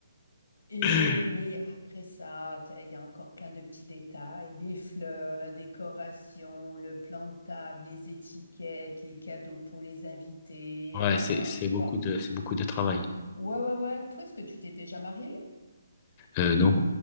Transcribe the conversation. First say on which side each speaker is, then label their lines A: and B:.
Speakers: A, on the left (about 80°); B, on the left (about 25°).
A: Et,
B: <laughs>
A: mais après ça, tu sais, il y a encore plein de petits détails, les fleurs, la décoration, le plan de table, les étiquettes, les cadeaux pour les invités.
B: Ouais,
A: euh,
B: c'est, c'est beaucoup
A: bon.
B: de, c'est beaucoup de travail.
A: Ouais, ouais, ouais. Toi, est-ce que tu t'es déjà mariée?
B: Euh, non.